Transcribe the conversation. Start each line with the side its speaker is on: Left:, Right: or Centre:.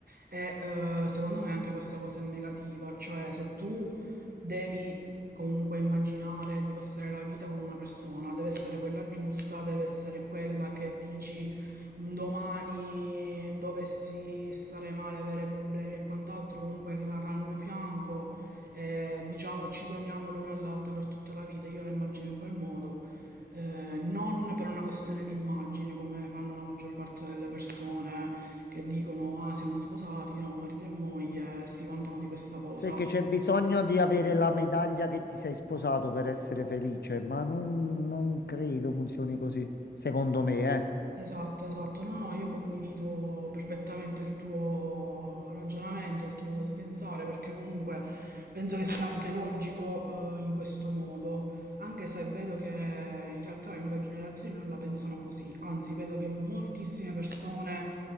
Right: E eh, secondo me anche questa cosa è negativa, cioè se tu devi comunque immaginare di passare la vita con una persona, deve essere quella giusta, deve essere quella che dici un domani dovessi stare male, avere problemi e quant'altro, comunque rimarrà al mio fianco e diciamo ci doniamo l'una all'altra per tutta la vita, io la immagino in quel modo. Eh, non per una questione di immagine, come fanno la maggior parte delle persone che dicono: Ah, siamo sposati, siamo marito e moglie, e si vantano di questa cosa.
Left: perché c'è bisogno di avere la medaglia che ti sei sposato per essere felice, ma non, non credo funzioni così, secondo me, eh.
Right: Esatto, esatto. No, no, io condivido perfettamente il tuo ragionamento, il tuo modo di pensare, perché comunque penso che sia anche logico, eh, in questo modo, anche se vedo che in realtà le nuove generazioni non la pensano così, anzi, vedo che moltissime persone